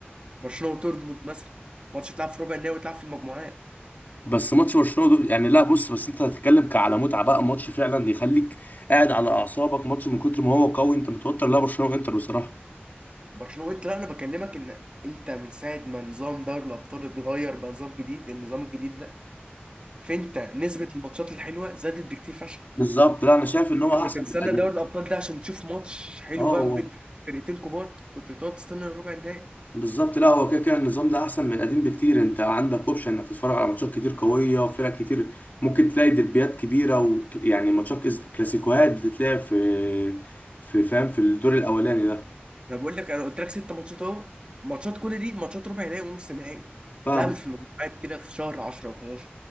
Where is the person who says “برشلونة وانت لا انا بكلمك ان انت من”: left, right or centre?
Right